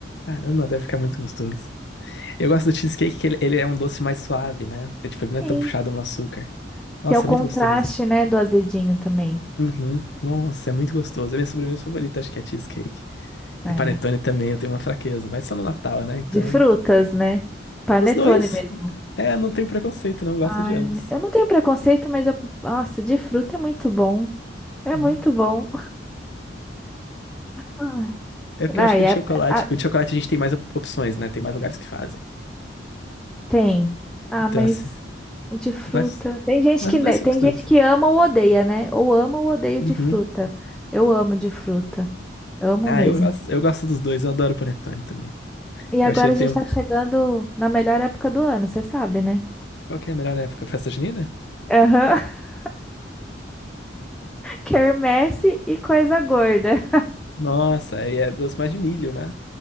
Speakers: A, on the left; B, in the centre.
A: Caramba, deve ficar muito gostoso. Eu gosto do cheesecake que ele, ele é um doce mais suave, né? É, tipo, ele não
B: Sim.
A: é tão puxado no açúcar. Nossa,
B: Tem o contraste,
A: é muito gostoso.
B: né, do azedinho também.
A: Uhum. Nossa, é muito gostoso. É minha sobremesa favorita, acho que é cheesecake. E
B: É.
A: panetone também, eu tenho uma fraqueza, mas só no Natal, né? Então,
B: De frutas, né? Panetone
A: os dois.
B: mesmo.
A: É, não tenho preconceito, não eu gosto
B: Ai,
A: de ambos.
B: eu não tenho preconceito, mas eu. Nossa, de fruta é muito bom. É
A: Hum.
B: muito bom. Ai,
A: É porque
B: ai,
A: eu acho que o
B: é-
A: de chocolate,
B: ah,
A: o de chocolate a gente tem mais op- opções, né? Tem mais lugares que fazem.
B: tem. Ah,
A: Então,
B: mas
A: assim,
B: o de fruta.
A: mas
B: Tem gente
A: Mas
B: que,
A: os dois
B: né,
A: são
B: tem
A: gostosos.
B: gente que ama ou odeia, né? Ou ama ou odeio
A: Uhum.
B: de fruta. Eu amo de fruta. Amo
A: Ah,
B: mesmo.
A: eu gosto, eu gosto dos dois, eu adoro o panetone também.
B: E
A: Eu
B: agora
A: achei ele
B: a gente
A: tem um.
B: tá chegando na melhor época do ano, você sabe, né?
A: Qual que é a melhor época? Festa junina?
B: Aham. <laughs> Quermesse e coisa gorda.
A: Nossa, aí é doce mais de milho, né?